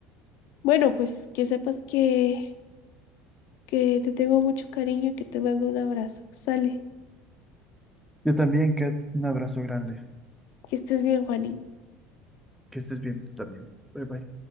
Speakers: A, on the left (about 70°); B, in the centre.
A: bueno, pues que sepas que, que te tengo mucho cariño y que te mando un abrazo. Sale,
B: Yo también, Kat, un abrazo grande.
A: que estés bien, Juani.
B: Que estés bien tú también. Bye bye.